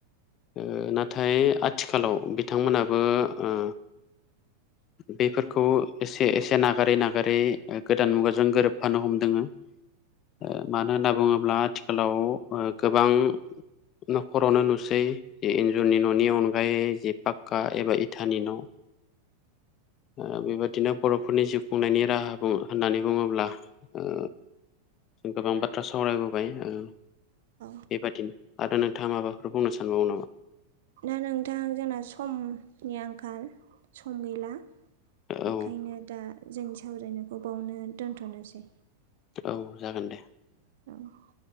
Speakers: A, on the left; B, on the right.
A: ओ नाथाय आथिखालाव बिथांमोनाबो ओ
B: <unintelligible>
A: बेफोरखौ एसे एसे नागारै नागारै गोदान मुगाजों गोरोबफानो हमदोङो।
B: औ
A: ओ मानो होनना बुङोब्ला आथिखालाव गोबां न'खरावनो नुसै इन्जरनि न'नि अनगायै जे पाक्का एबा इथानि न' ओ बेबादिनो बर'फोरनि जिउ खुंनायनि राहा होननानै बुङोब्ला ओ जों गोब बाथ्रा सावरायबो बाय बेबादिनो
B: औ
A: आरो नोंथाङा माबाफोर बुंनो सानबावो नामा?
B: दा नोंथां जोंना समनि आंखाल सम गैला।
A: औ
B: बेखायनो दा जोंनि सावरायनायखौ बावनो दोन्थ'नोसै।
A: औ जागोन दे।
B: औ